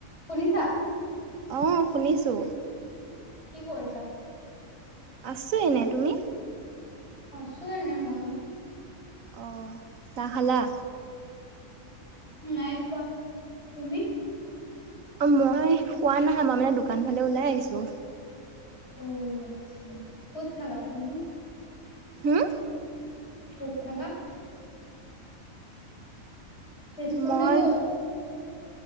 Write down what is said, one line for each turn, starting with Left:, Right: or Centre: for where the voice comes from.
Left: শুনিছা?
Right: অ', শুনিছো।
Left: কি কৰিছা?
Right: আছো এনে তুমি?
Left: আছো এনে ময়ো।
Right: অ', চাহ খালা?
Left: উম নাই খোৱা, তুমি?
Right: অ', মই হোৱা নাই মই মানে দোকান ফালে ওলাই আহিছো।
Left: অ', আচ্ছা ক'ত থাকা তুমি?
Right: হম।
Left: ক'ত থাকা? তেজপুৰ
Right: মই
Left: না ক'ত?